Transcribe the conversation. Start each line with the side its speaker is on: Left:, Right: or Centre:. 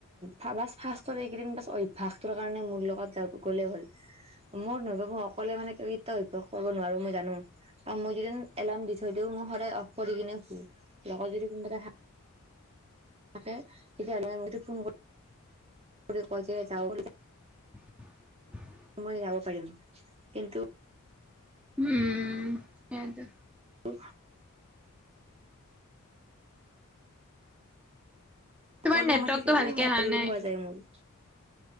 Right: ফ্ কেইদিন পাছ অভায়াস তটোৰ কাৰণে মোৰ লগত যাব গ'লে হ'ল মোৰ নবব ক'লে মানেয়া অভ্যাস কৰিব নোৱাৰো মই জানো আৰু মই যদি এলাৰ্ম দি থৈ দিও, মই সদায় অফ কৰি কিনে শু লগত যদি কোনবা থাকে তেতিয়াহ'লে মইতো ফোন কৰি কয় যে যাওঁ বুলি
Centre: <unintelligible>
Right: মই যাব পাৰিম কিন্তু
Centre: উম, সেইটো
Right: অ',
Centre: তোমাৰ
Right: সকলোৱে
Centre: নেটৱৰ্কটো
Right: মই থাকিলোে
Centre: ভালকে
Right: সহ
Centre: অহা
Right: কৰি
Centre: নাই
Right: কিনি পোৱা যায় মোৰ